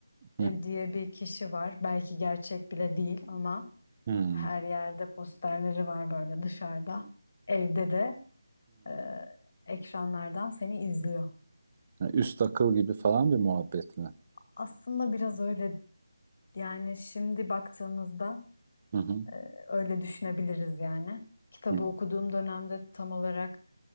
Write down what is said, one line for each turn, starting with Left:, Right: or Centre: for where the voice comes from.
Right: hı
Left: e, diye bir kişi var. Belki gerçek bile değil ama
Right: hı hı.
Left: her yerde posterleri var böyle dışarıda. Evde de e, ekranlardan seni izliyor.
Right: Yani Üst akıl gibi falan bir muhabbet mi?
Left: Aslında biraz öyle yani şimdi baktığımızda
Right: Hı hı
Left: e, öyle düşünebiliriz yani. Kitabı
Right: hı
Left: okuduğum dönemde tam olarak